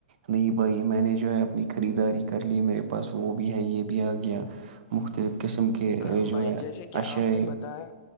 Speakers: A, on the right (about 65°); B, on the left (about 35°).
A: نہیں بھائی میں نے جو ہے اپنی خریداری کر لی میرے پاس وہ بھی ہے یہ بھی آ گیا مختلف قسم کے یی
B: ہاں
A: جو
B: بھائی
A: ہے
B: جیسے کہ
A: اشایئی
B: آپ نے بتایا